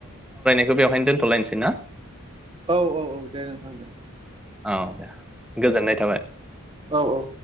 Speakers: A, in the centre; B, on the right (about 25°).
A: बेखौ बेवहायनो दोनथ'लायनोसै ना?
B: औ औ औ दे नोंथां दे
A: औ दे गोजोननाय थाबाय
B: औ औ